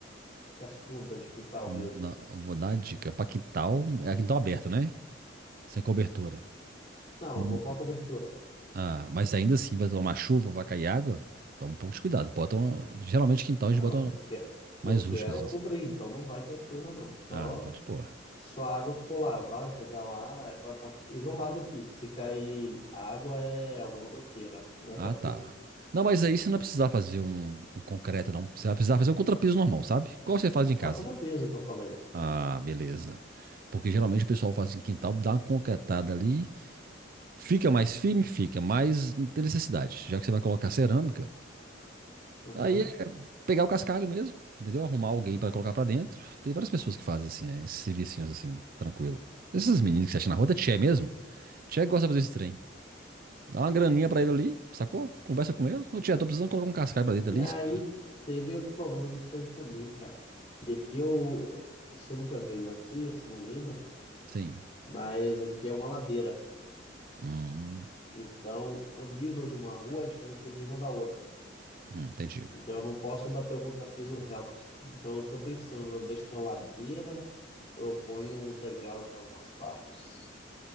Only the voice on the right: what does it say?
Não,
vou dar a dica. Pra quintal. É quintal aberto, né? Sem cobertura.
Hum.
Ah, mas ainda assim vai tomar chuva, vai cair água. Toma um pouco de cuidado. Bota uma... Geralmente quintal
a gente bota uma...
mais
rústicas. assim.
Ah, então, de boa.
Ah,
tá. Não, mas aí você não vai precisar fazer um, um concreto, não. Você vai precisar fazer um contrapiso normal, sabe? Igual você faz em casa.
Ah, beleza. Porque geralmente o pessoal faz em quintal, dá uma concretada ali, fica mais firme, fica, mas não tem necessidade. Já que você vai colocar cerâmica,
aí é pegar o cascalho mesmo, entendeu? Arrumar alguém pra colocar pra dentro. Tem várias pessoas que fazem assim, né? Esses servicinhos assim, tranquilo. Esses meninos que você acha na rua, é tchê mesmo? Tchê gosta de fazer esse trem. Dá uma graninha pra ele ali, sacou? Conversa com ele. Ô, tia, tô precisando colocar um cascalho pra
dentro ali.
Olha.
Sim.
Hum,
hum, entendi.